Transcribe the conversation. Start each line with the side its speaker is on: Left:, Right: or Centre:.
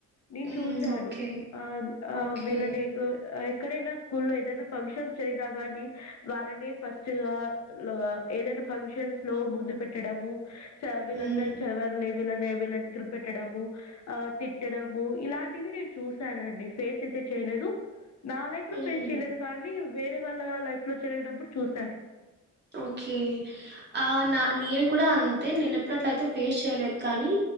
Left: నేను
Right: ఉమ్,
Left: చూసాను
Right: ఓకే
Left: ఆ ఆ
Right: ఓకే
Left: వీళ్ళనీ ఏ ఎక్కడైనా స్కూల్లో ఏదైనా ఫంక్షన్స్ జరిగినా కానీ వాళ్ళనే ఫస్ట్ గా ఏదైనా ఫంక్షన్స్ లో ముందు పెట్టడము వీళ్ళ
Right: ఉమ్,
Left: అందరూ చదవరులే వీళ్ళనే వీళ్ళని పెట్టడము ఆ తిట్టడము ఇలాంటివి నేను చూసానండి ఫేస్ అయితే చేయలేదు నా లైఫ్ లో
Right: ఉమ్,
Left: ఫేస్ చేయలేదు కానీ వేరే వాళ్ళ లైఫ్ లో జరిగినప్పుడు చూశాడు
Right: ఓకే ఆ నా నేల్ కూడా అంతే నేను ఎప్పుడు అట్లా అయితే ఫేస్ చేయలేదు కానీ